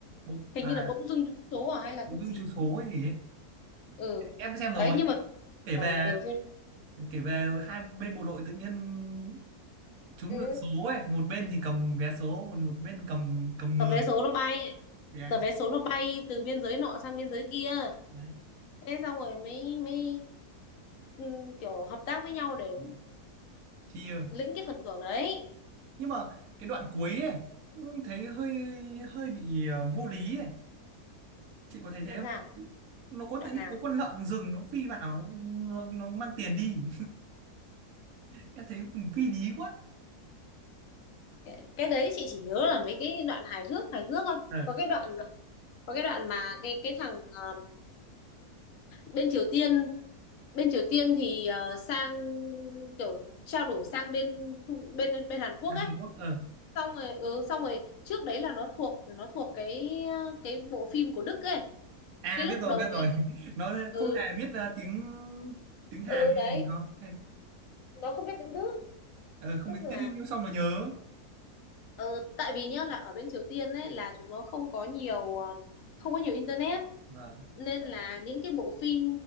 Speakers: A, on the right; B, on the left.
A: bộ
B: hình
A: à
B: như là bỗng dưng trúng số à hay là
A: bộ
B: cái
A: gương
B: gì
A: chiếu số
B: ấy.
A: hay gì ấy
B: ừ
A: em cũng xem rồi
B: đấy nhưng mà
A: kể
B: đấy,
A: về
B: ừ, phim
A: kể về hai bên bộ đội tự nhiên trúng
B: ừ.
A: được số ấy một bên thì cầm vé số còn một bên cầm cầm
B: tờ
A: người
B: vé số nó bay
A: vé ấy.
B: tờ vé số nó bay từ biên giới nọ sang biên giới kia
A: đấy
B: thế xong rồi mới mới ừ, kiểu hợp tác với nhau để
A: Ừ. chia
B: lĩnh cái phần thưởng đấy
A: nhưng mà cái đoạn cuối ấy thấy hơi hơi bị ờ, vô lý ấy chị có thấy
B: làm
A: thế không
B: sao
A: nó có
B: đoạn
A: tự nhiên
B: nào
A: có con lợn rừng nó phi vào nó, nó mang tiền đi em thấy mình phi lý quá
B: cái, cái đấy chị chỉ nhớ là mấy cái đoạn hài hước hài hước thôi
A: ờ
B: có cái đoạn có cái đoạn mà cái cái thằng ờ, bên Triều Tiên bên Triều Tiên thì ờ, sang kiểu trao đổi sang bên Trung- bên bên Hàn Quốc
A: là Hàn
B: ấy
A: Quốc ờ
B: xong rồi ừ, xong rồi trước đấy là nó thuộc nó thuộc cái cái bộ phim của Đức ấy
A: à
B: cái lúc
A: biết rồi
B: đầu
A: biết rồi
B: tiên
A: <laughs>
B: là-
A: nó
B: ừ
A: không hề biết ờ, tiếng tiếng Hàn
B: ừ
A: hay
B: đấy
A: gì đâu hay
B: nó không biết tiếng Đức
A: ờ, không
B: tức
A: biết
B: là
A: tiếng nhưng xong nó nhớ
B: ừ, tại vì nhá là ở bên Triều Tiên ấy là chúng nó không có nhiều ờ, không có nhiều internet
A: vâng
B: nên là những cái bộ phim